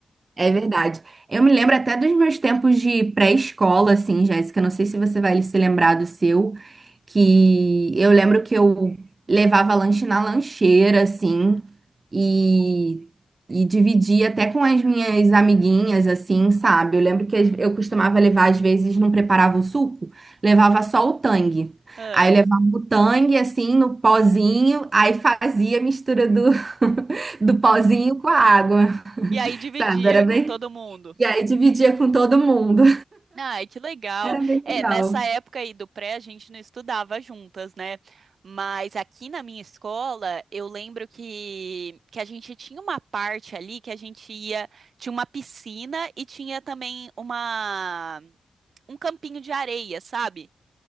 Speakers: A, on the right; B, on the right.
A: É verdade. Eu me lembro até dos meus tempos de pré-escola, assim, Jéssica. Não sei se você vai se lembrar do seu, que eu lembro que eu levava lanche na lancheira, assim, e, e dividia até com as minhas amiguinhas, assim, sabe? Eu lembro que as- eu costumava levar, às vezes, não preparava o suco, levava só o tang.
B: Ah,
A: Aí levava o tang, assim, no pozinho, aí fazia a mistura do, <laughs> do pozinho com a água,
B: e aí dividia
A: sabe? Era
B: com
A: bem
B: todo mundo.
A: e aí dividia com todo mundo.
B: Ai, que legal.
A: Era bem
B: É,
A: legal.
B: nessa época aí do pré, a gente não estudava juntas, né? Mas aqui na minha escola, eu lembro que, que a gente tinha uma parte ali que a gente ia, tinha uma piscina e tinha também uma, um campinho de areia, sabe?